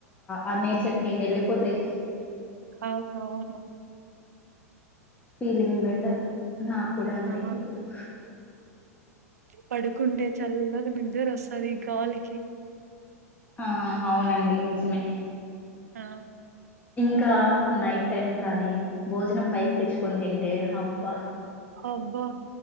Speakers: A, on the left; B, on the right.
A: ఆ నేచర్ క వెళ్ళిపోతాయి
B: అవునవును
A: ఫీలింగ్ బెటర్ నాకు కూడా అండి
B: ఆ!
A: ఇప్పుడు
B: పడుకుంటే చల్లగా నిద్దర వస్తది ఈ గాలికి
A: ఆ అవునండి నిజమే
B: ఆ!
A: ఇంకా నైట్ టైమ్ కానీ భోజనం పైకి తెచ్చుకొని తింటే అబ్బా
B: అబ్బా